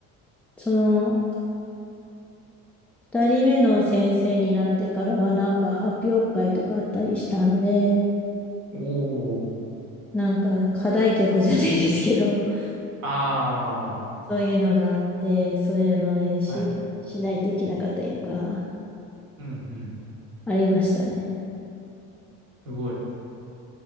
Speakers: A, in the centre; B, on the right (about 55°).
A: その、二人目の先生になってからはなんか発表会とかあったりしたんで、
B: おお、
A: なんか課題曲じゃないですけど、<laughs>
B: あ
A: そういうのがあって、それの練習しないといけなかったりとか、
B: あ、はい。うんうん。
A: ありましたね。
B: すごい。